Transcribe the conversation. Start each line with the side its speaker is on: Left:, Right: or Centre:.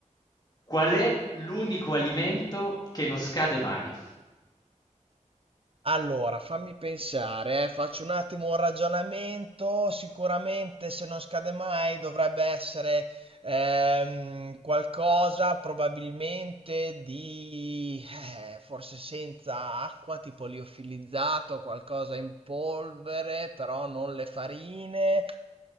Left: Qual è l'unico alimento che non scade mai?
Right: Allora, fammi pensare, eh, Faccio un attimo un ragionamento. Sicuramente, se non scade mai, dovrebbe essere ehm, qualcosa probabilmente di eh, forse senza acqua, tipo liofilizzato, qualcosa in polvere, però non le farine.